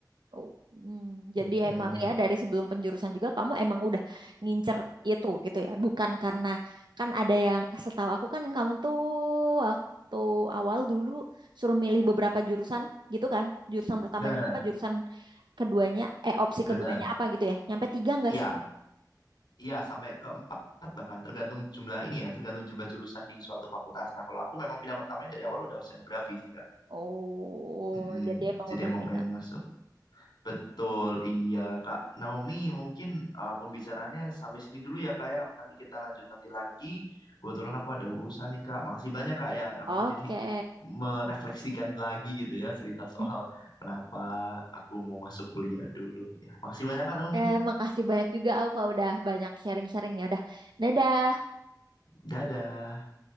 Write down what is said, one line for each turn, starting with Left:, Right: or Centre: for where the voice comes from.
Right: Oh, hmm. Jadi
Left: Mm-mm.
Right: emang ya dari sebelum penjurusan juga kamu emang udah ngincer itu gitu ya. Bukan karena kan ada yang setahu aku kan kamu tuh waktu awal dulu suruh milih beberapa jurusan gitu kan. Jurusan pertamanya
Left: Benar,
Right: apa, jurusan keduanya, eh opsi
Left: benar.
Right: keduanya apa gitu ya. Nyampe tiga nggak
Left: ya
Right: sih?
Left: ya sampai keempat bahkan tergantung jumlah ini ya, tergantung jumlah jurusan di suatu fakultas. Nah, kalau aku memang pilihan pertamanya dari awal udah oceanografi sih Kak.
Right: Oh,
Left: Mm-mm.
Right: jadi emang
Left: Jadi
Right: udah
Left: emang
Right: minat.
Left: pengen masuk. Betul, iya Kak Naomi. Mungkin uh, pembicaraannya sampai sini dulu ya Kak ya. Nanti kita lanjut nanti lagi. Kebetulan aku ada urusan nih Kak. Makasih banyak Kak ya.
Right: Oke.
Left: Aku jadi merefleksikan lagi gitu ya cerita soal
Right: Hmm,
Left: kenapa aku mau masuk kuliah dulu. Ya, makasih banyak Kak
Right: Oke,
Left: Naomi.
Right: makasih banyak juga Alfa udah banyak sharing-sharingnya. Udah, dadah.
Left: Dadah.